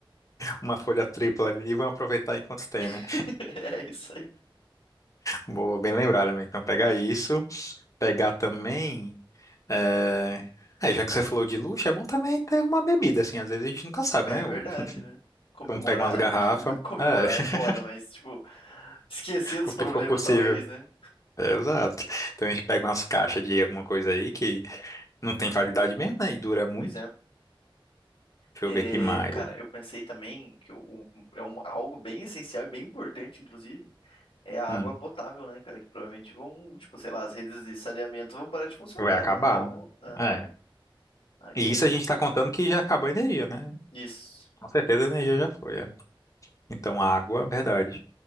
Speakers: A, on the left; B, on the left.
A: uma folha tripla ali, vão aproveitar enquanto tem, né?
B: <laughs> É isso aí.
A: Boa, bem lembrado, amigo. Então pegar isso, pegar também. É... é, já que você falou de luxo, é bom também ter uma bebida, assim. Às vezes a gente nunca sabe,
B: É
A: né?
B: verdade,
A: O-
B: né? Comemorar,
A: Então pega umas garrafas,
B: né? <laughs> Comemorar
A: é,
B: é foda,
A: <laughs>
B: mas, tipo, esquecer dos
A: o
B: problemas,
A: que for possível.
B: talvez, né?
A: É, exato. Então a gente pega umas caixas de alguma coisa aí que não tem validade mesmo, né? E dura muito.
B: Pois é.
A: Deixa
B: É,
A: eu ver que mais.
B: cara, eu pensei também que o, o- é um- algo bem essencial e bem importante, inclusive, é a água
A: Hum,
B: potável, né, cara? Que provavelmente vão, tipo, sei lá, as redes de saneamento vão parar de funcionar,
A: vai acabar.
B: né? Então, aham,
A: É.
B: Ah, então.
A: E isso a gente está contando que já acabou a energia, né?
B: Isso.
A: Com certeza a energia já foi. é. Então, a água, verdade.